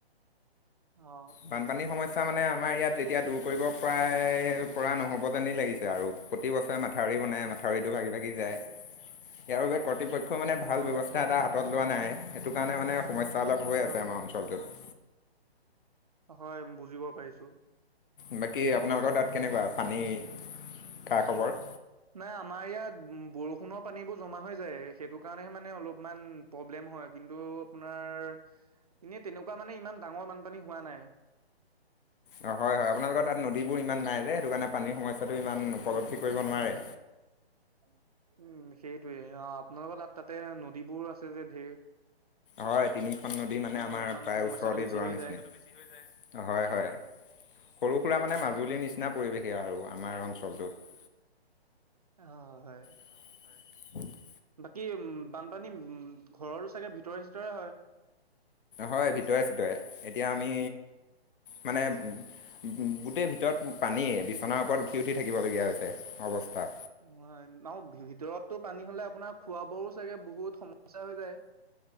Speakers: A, on the right; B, on the left.
A: অ
B: বানপানীৰ সমস্যা মানে আমাৰ ইয়াত এতিয়া দূৰ কৰিব- প্ৰায় পৰা নহ'ব যেনেই লাগিছে আৰু। প্ৰতি বছৰে মাথাউৰি বনাই, মাথাউৰিটো ভাগি ভাগি যায়। ইয়াৰ বাবে কৰ্তৃপক্ষ- ই মানে ভাল
A: হয়
B: ব্যৱস্থা এটা হাতত লোৱা নাই, সেইটো কাৰণে মানে সমস্যা অলপ হৈ আছে
A: হয়
B: আমাৰ অঞ্চলটোত।
A: হয়, বুজিব পাৰিছোঁ।
B: বাকী আপোনালোকৰ তাত কেনেকুৱা পানী খা- খবৰ?
A: নাই আমাৰ ইয়াত বৰষুণৰ পানীবোৰ জমা হৈ যায়, সেইটো কাৰণেহে মানে অলপমান- প্ৰব্লেম হয়। কিন্তু আপোনাৰ এনে তেনেকুৱা মানে ইমান ডাঙৰ বানপানী হোৱা নাই।
B: অঁ, হয়, হয় আপোনালোকৰ তাত নদীবোৰ ইমান নাই যে, সেইটে কাৰণে পানীৰ সমস্যাটো ইমান উপলব্ধি কৰিব নোৱাৰে।
A: <unintelligible> উম, সেইটোৱে। আপোনালোকৰ তাত, তাতে নদীবোৰ আছে যে ধেৰ।
B: হয়, তিনিখন নদী মানে আমাৰ
A: অলপমান
B: প্ৰায়
A: সমস্যাটো
B: ওচৰতে
A: বেছি
B: যোৱাৰ
A: হৈ
B: নিচিনা
A: যায়
B: হয়, হয়। সৰু সুৰা মানে মাজুলীৰ নিচিনা পৰিৱেশেই আৰু আমাৰ অঞ্চলটোত।
A: অঁ, হয়।
B: <unintelligible>
A: বাকী উম, বানপানী উম, ঘৰৰো চাগে ভিতৰে- চিতৰে হয়!
B: হয়, ভিতৰে- চিতৰে। এতিয়া আমি মানে- গোটেই ভিতৰত পানীয়ে, বিচনাৰ ওপৰত উঠি -উঠি থাকিবলগীয়া হৈছে অৱস্থা।
A: নাই, আৰু ভিতৰতটো পানী হ'লে আপোনাৰ খোৱা বোৱাৰো চাগে বহুত সমস্যা হৈ যায়।